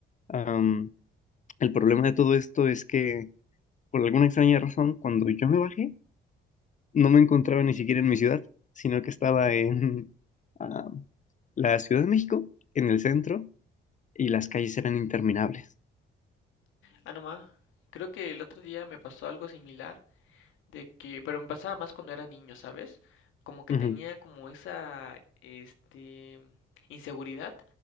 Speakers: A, on the left; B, on the left.
A: Am, el problema de todo esto es que, por alguna extraña razón, cuando yo me bajé, no me encontraba ni siquiera en mi ciudad, sino que estaba en <laughs> am, la Ciudad de México, en el centro, y las calles eran interminables.
B: Ah, no ma, creo que el otro día me pasó algo similar de que, pero me pasaba más cuando era niño, ¿sabes? Como que
A: Ujú,
B: tenía como esa, este, inseguridad